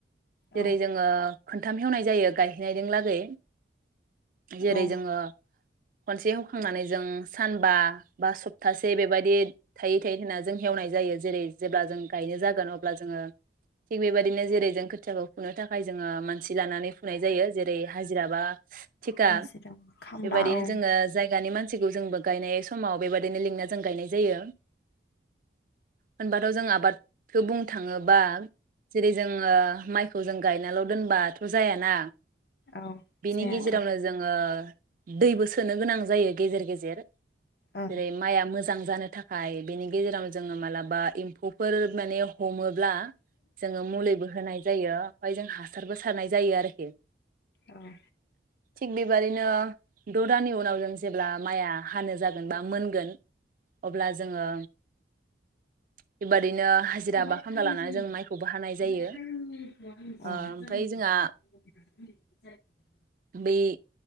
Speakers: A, on the right; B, on the left.
A: जेरै
B: औ
A: जोङो। खोनथाम हेवनाय जायो गायहैनायजों लागै। जेरै
B: औ
A: जोङो। खनसे हेखांनानै जों सानबा बा सप्तासे बेबायदि थायै थायै होना जों हेवनाय जायो जेरै जेब्ला जों गायनो जागोन अब्ला जोङो थिग बेबायदिनो जेरै जों खोथियाखौ फुनो थाखाय जोङो। मानसि लानानै फुनाय जायो जेरै हाय हाजिराबा थिखा
B: हाजिरा खामला
A: बेबायदिनो
B: औ
A: जोङो जायगानि मानस सि जोंबो गायनाय समाव बेबायदिनो लिंना जों गायनाय जायो। होनबाथ' जों आबादखौ बुंनो थाङोबा जेरै जोङो माइखौ जों गाय, नाल दोनबाथ जायाना
B: औ
A: बिनि
B: जायाथ'
A: जोङो।
B: ओं उम
A: दैबो सोनो गोनां जायो गेजेर गेजेर। जेर।
B: औ
A: जेरै माइआ मोजां जानो थाखाय बेनि गेजेराव जोङो मालाबा एम्फौफोर माने हमोब्ला जोङो मुलिबो होनाय जायो। ओमफाय जों हासारबो सारनाय जायो आरोखि।
B: उम।
A: थिग बे बेबादिनो द दाननि उनाव जोंस जेब्ला माइया हानो जागोन बा मोनगोन अब्ला जोङो बेबादिनो। हाजिरा
B: ओनफाय
A: बा खामला
B: आङो
A: लानानै
B: ओनफाय
A: जों माइखौबो हानाय जायो
B: आंनि <unintelligible>
A: ओ ओमफ्राय जोंहा
B: उम <unintelligible>
A: बै